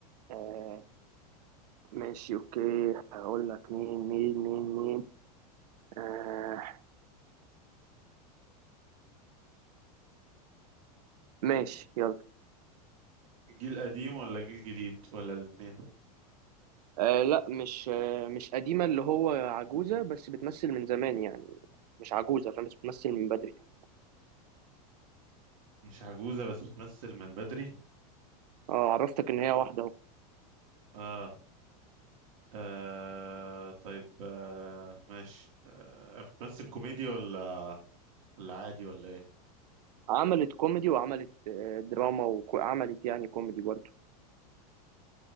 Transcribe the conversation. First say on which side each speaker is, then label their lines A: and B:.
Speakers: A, on the right; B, on the right.
A: أه ماشي اوكي هقول لك مين مين مين مين أه ماشي يلا
B: جيل قديم ولا جيل جديد ولا الاتنين
A: آه لا مش آه مش قديمة اللي هو عجوزة بس بتمثل من زمان يعني مش عجوزة فاهم بس بتمثل من بدري يعني
B: مش عجوزة بس بتمثل من بدري
A: اه عرفتك ان هي واحدة اهو
B: اه, آه. طيب آه. ماشي آه. بتمثل كوميدي ولا ولا عادي ولا ايه
A: عملت كوميدي وعملت آه دراما وعملت يعني كوميدي برضو